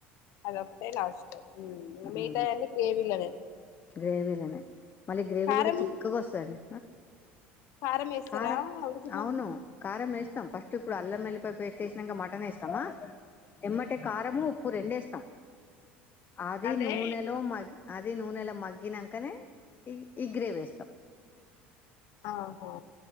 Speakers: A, on the left; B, on the left.
A: అదొకటే లాస్ట్
B: ఉమ్
A: మిగతాయి అన్ని గ్రేవీలోనే
B: గ్రేవీలనే మళ్ళీ గ్రేవీ
A: కారం
B: కూడా చిక్కగా వస్తందని
A: కారం వేస్తారా
B: కారం
A: ఉడికిన
B: అవును కారం వేస్తాం ఫస్ట్ ఇప్పుడు అల్లం ఎల్లిపాయ పేస్ట్ వేసినాక మటన్ వేస్తామా ఎమ్మటే కారము ఉప్పు రెండు ఎస్తాం అది
A: అదే
B: నూనెలో మగ అది నూనె ఎలా మగ్గినాకనే ఈ ఈ గ్రేవ ఎస్తాం
A: ఆహో